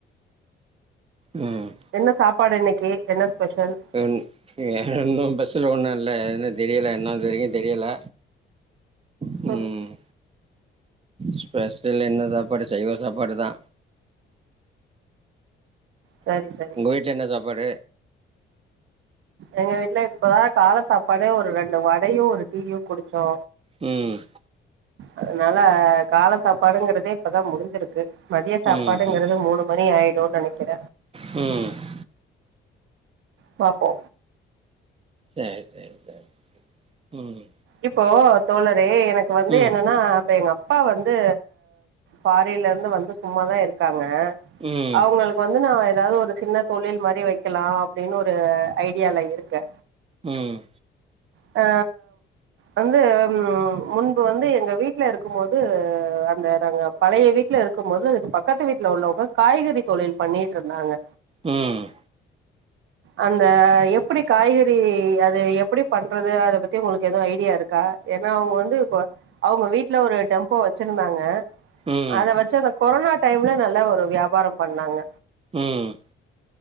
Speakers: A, on the right; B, on the right.
A: ம்
B: என்ன சாப்பாடு இன்னக்கி என்ன ஸ்பெஷல்
A: இன் வேறொன்னு ஸ்பெஸல் ஒன்னு இல்ல தெரியல என்ன இது வரைக்கு தெரியல ம்
B: ம்
A: ஸ்பெஷல் என்ன சாப்பாடு சைவ சாப்பாடுதா
B: செரி செரி
A: உங்க வீட்ல என்ன ‌‌‌‌சாப்பாடு
B: எங்க வீட்ல இப்பதா கால சாப்பாடே ஒரு ரெண்டு வடையு ஒரு டீயு குடிச்சோ
A: ம்
B: அதுனால கால சாப்பாடுங்கறதே இப்பதா முடிஞ்சிருக்கு மதிய சாப்பாடுங்குறது
A: ம் ம்
B: மூனு மணி ஆயிடும்னு நெனைக்கிற
A: ம்
B: பாப்போ
A: சேரி சேரி சேரி ம்
B: இப்போ தோழர எனக்கு வந்து
A: ம்
B: என்னன்னா அப்ப எங் அப்பா வந்து பாரின்லருந்து வந்து சும்மாதா இருக்காங்க
A: ம்
B: அவங்களுக் கு இப்ப வந்து நா ஏதாவது ஒரு சின்ன தொழில் மாரி வக்கலா அப்டினு ஒரு ஐடியாலருக்கே
A: ம்
B: ஆ வந்து உ முன்பு வந்து எங்க வீட்ல இருக்கும் போது அந்த நாங்க பழய வீட்டுல இருக்கும்போது அதுக் பக்கத்து வீட்ல உள்ளவங்க காய்கறி தொழில் பண்ணிட்டுருந்தாங்க
A: ம்
B: அந்த எப்டி காய்கறி அது எப்படி பண்றது அத பத்தி உங்களுக்கு எது ஐடியா இருக்கா ஏனா அவங்க வந்து இப்ப அவங்க வீட்ல ஒரு டெம்போ வச்சிருந்தாங்க
A: ம்
B: அத வச்சு அந்த கொரனா டைம்ல நல்லா ஒரு வியாபாரம் பண்ணாங்க
A: ம்